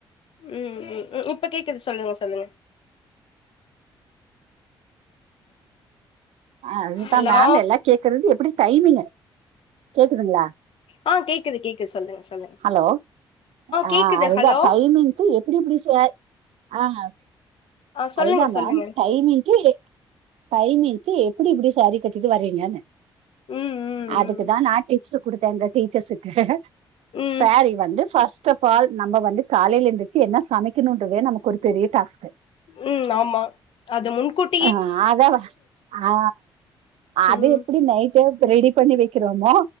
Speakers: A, on the left; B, on the right.
A: ம் உ ம் இப்ப கேக்குது சொல்லுங்க சொல்லுங்க
B: அதுதா
A: ஹலோ
B: மேம் எல்லா கேக்குறது எப்பிடி டைமிங்க கேக்குதுங்லா
A: ஆ கேக்குது கேக்குது சொல்லுங்க சொல்லுங்க
B: ஹலோ ஆ
A: கேக்குது
B: அதுதா
A: ஹலோ
B: டைமிங் து எப்பிடி புதுசே ஆஸ்
A: ஆ சொல்லுங்க
B: அதுதா
A: சொல்லுங்க
B: மேம் டைமிங்க்கி டைமிங்க்கு எப்படி இப்படி சாரி கட்டிட்டு வறீங்கன்னு
A: ம் ம் ம்
B: அதுக்குதா நா டிப்ஸு குடுத்தேன்ற டீச்சஸுக்கு
A: ம்
B: சாரி வந்து ஃபஸ்ட் ஆஃப் ஆல் நம்ப வந்து காலைலேந்து ச்சி என்ன சமைக்கணுன்றதே நமக்கு ஒரு பெரிய டாஸ்க்கு
A: உம் ஆமா அது முன்கூட்
B: அ ஆதாவஹ் ஆ அது
A: ம்
B: எப்படி நைட்டே ரெடி பண்ணி வை க்கிறோமோ